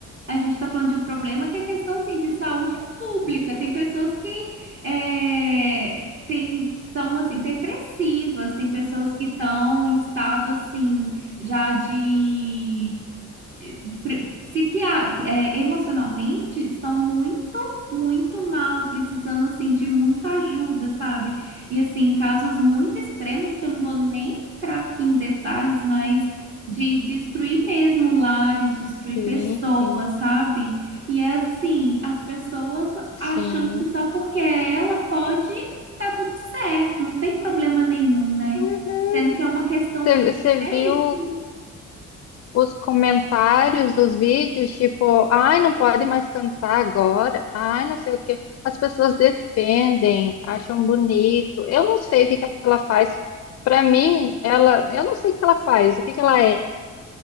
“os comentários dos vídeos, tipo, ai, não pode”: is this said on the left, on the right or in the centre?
Left